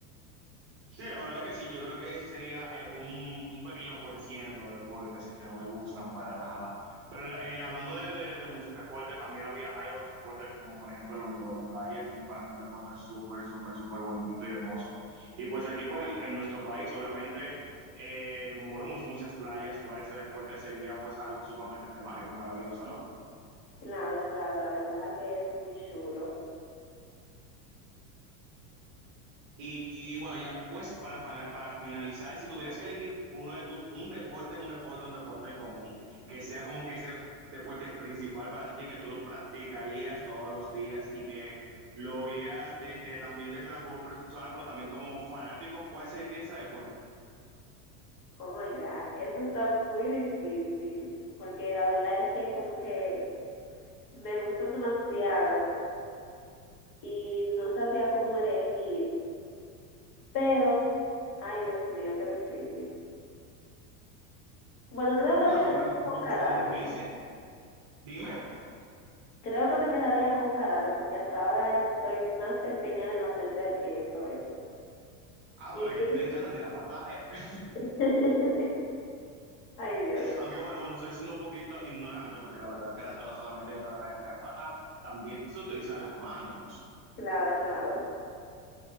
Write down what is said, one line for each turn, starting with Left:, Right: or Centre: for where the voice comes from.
Right: Sí, la verdad que sí, yo creo que ese sería eh, un, un pequeño por ciento de deportes que no me gustan para nada. Pero eh, hablando de, de- de muchos deportes, también había, hay otros deportes como por ejemplo el voleibol de playa, es un- para mí un deporte súper, súper, súper bonito y hermoso. Y pues aquí pues en, en nuestro país, obviamente, eh, como vemos muchas playas, jugar este deporte sería pues algo sumamente mágico y maravilloso, ¿no?
Left: Claro, claro, la verdad que es muy chulo.
Right: Y, y bueno, ya pues para, fana- para finalizar, si tuvieras que elegir uno de tus, un deporte, un deporte, un deporte en común, que sea como que ese deporte principal para ti, que tú lo practicarías todos los días y que lo vieras desde también desde la forma personal, pero también como fanático, ¿cuál sería ese deporte?
Left: Oh my God, eso está muy difícil, porque la verdad es que como que me gustan demasiado y no sabría cómo elegir, pero, ay Dios mío, qué difícil. Bueno, creo
Right: No,
Left: que me quedaría
Right: pero no
Left: con
Right: puede
Left: karate,
Right: ser tan difícil. Dime.
Left: creo que me quedaría con karate, porque hasta ahora estoy más empeñada en aprender eso es.
Right: Ah,
Left: ¿Y
Right: pero es que
Left: tú?
Right: a ti te encanta tirar patada. eh.
Left: <laughs> Ay Dios,
Right: Aunque bueno, bueno, estoy siendo un poquito ignorante porque la verdad el karate no solamente se trata de tirar patada, también se utilizan las manos.
Left: claro, claro.